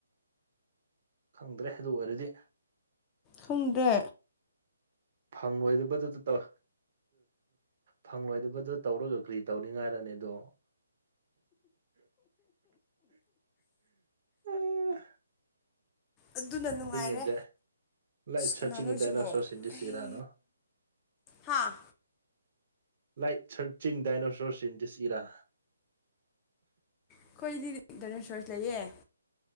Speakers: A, on the right (about 50°); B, on the left (about 20°).
A: ꯈꯪꯗ꯭ꯔꯦ ꯑꯗꯨ ꯑꯣꯏꯔꯗꯤ
B: ꯈꯨꯡꯗꯦ
A: ꯐꯪꯉꯣꯏꯗꯕꯗꯨꯗ ꯇꯧ ꯐꯪꯂꯣꯏꯗꯕꯗꯣ ꯇꯧꯔꯒ ꯀ꯭ꯔꯤ ꯇꯧꯅꯤꯡꯉꯥꯏꯔꯅꯤ ꯑꯗꯣ ꯑꯣ
B: ꯑꯗꯨꯅ ꯅꯨꯡꯉꯥꯏꯔꯦ
A: ꯑꯦꯗ ꯂꯥꯏꯠ ꯁꯔꯆꯤꯡ
B: ꯀꯅꯥꯅꯣꯁꯤꯕꯣ
A: ꯑꯦ ꯗꯥꯏꯅꯣꯁꯣꯔꯁ ꯏꯟ ꯗꯤꯁ
B: ꯑꯩ
A: ꯏꯔꯥ ꯅꯣ
B: ꯍꯥꯥ
A: light searching dinosaurs in this era
B: ꯑꯩꯈꯣꯏꯗꯤ ꯅꯦꯔ ꯁꯣꯔꯁ ꯂꯩꯌꯦ